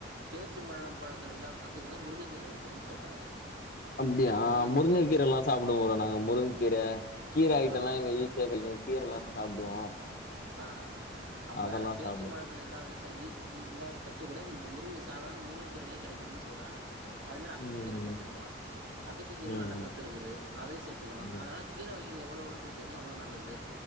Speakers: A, on the right; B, on the left.
A: பேர் ச்சம்பழம் பழத்துல இல்லாத சத்து கூட முருங்கைகீர்லே இருக்குன்னு சொல்றாங்க
B: அப்டியா
A: அப்ப நம்ம
B: முருங்கைக்கீரே
A: பேச்
B: எல்லா சாப்பிடுவோ ஒரு நாங்க முருங்க்கீரே கீர ஐட்டோல்லா
A: ம் ம்
B: எங்க கடைக்கோ கீரேல்லா சாப்டுவோ
A: ஆ அப்ப
B: அதெல்லா
A: பேர்ச்சம்
B: சாப்டுவோ
A: பழத்துல இல்லாதே ஸ் ச இ இ இல்லாத சத்து கூட ம் முருங்கே சாதாரண முருங்கீரைலே கெடைக்குதுன் சொல்றாங்க அதே மேரி அகத்திக்கீரே
B: ம்
A: சேத்துக்குனு அகத்து கீரை
B: ம்
A: நல்ல சத்து இருக்குது அதையு சேத்துக்குணு
B: ம்
A: அதனால கீரை வை கீழே எவ்ளோ எவ்ளோ சேத்துகுனே அவ்ளோ நல்லது